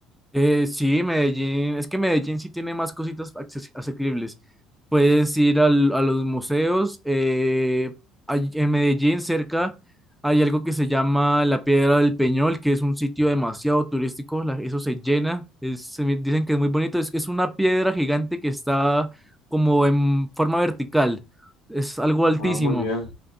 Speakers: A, in the centre; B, on the left.
A: Eh, sí, Medellín, es que Medellín sí tiene más cositas acces- asequibles. Puedes ir al- a los museos. eh, hay- en Medellín, cerca, hay algo que se llama la Piedra del Peñol, que es un sitio demasiado turístico. la- eso se llena. es- se me- dicen que es muy bonito. Es, es una piedra gigante que está como en forma vertical. Es algo altísimo.
B: Ah, muy bien.